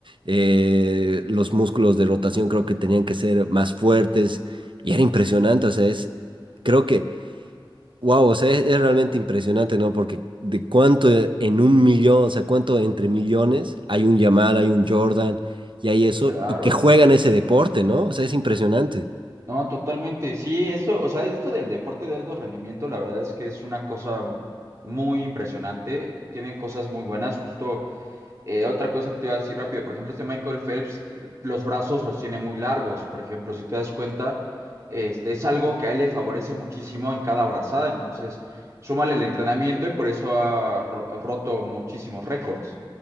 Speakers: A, on the right; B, on the right.
A: eh, los músculos de rotación creo que tenían que ser más fuertes y era impresionante, o sea, es, creo que, wow, o sea, es, es realmente impresionante, ¿no? Porque de cuánto eh, en un millón, o sea, cuánto entre millones hay un Yamal, hay un Jordan y hay eso,
B: claro.
A: y que juegan ese deporte, ¿no? O sea, es impresionante.
B: No, totalmente. Sí, esto, o sea, esto del deporte de alto rendimiento, la verdad es que es una cosa muy impresionante. Tienen cosas muy buenas, justo. Eh, otra cosa que te iba a decir rápido, por ejemplo, este Michael Phelps, los brazos los tiene muy largos, por ejemplo, si te das cuenta, este es algo que a él le favorece muchísimo en cada brazada, entonces súmale el entrenamiento y por eso ha ro- roto muchísimos récords.